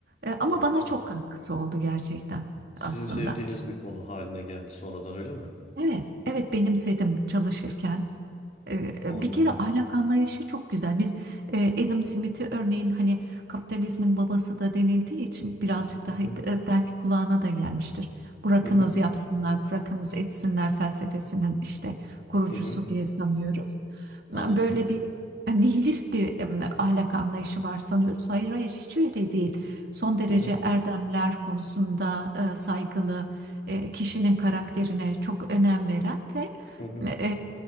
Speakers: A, on the right; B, on the left.
A: E, ama
B: anladım.
A: bana çok katkısı oldu gerçekten
B: Sizin
A: aslında.
B: sevdiğiniz bir konu haline geldi sonradan öyle mi?
A: Evet, evet benimsedim çalışırken. E, e,
B: Anladım.
A: bir kere ahlak anlayışı çok güzel. Biz e, Adam Smith'i örneğin hani kapitalizmin babası da denildiği için birazcık
B: Hı
A: daha
B: hı.
A: e, belki kulağına da gelmiştir. Bırakınız
B: Hı hı.
A: yapsınlar, bırakınız etsinler felsefesinin işte kurucusu
B: Hı hı.
A: diye sanıyoruz. Böyle
B: Anladım.
A: bir nihilist bir em, ahlak anlayışı var sanıyoruz. Hayır hayır hiç öyle değil. Son derece
B: Hı hı.
A: erdemler konusunda e, saygılı, e, kişinin karakterine çok önem veren ve
B: Hı hı.
A: e,